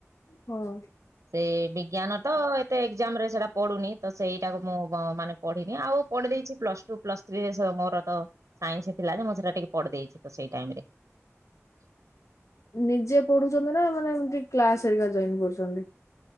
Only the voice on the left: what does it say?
ହଁ।
ନିଜେ ପଢୁଛନ୍ତି ନା ମାନେ ଏମତି କ୍ଲାସରିକା ଜଏନ କରୁଛନ୍ତି?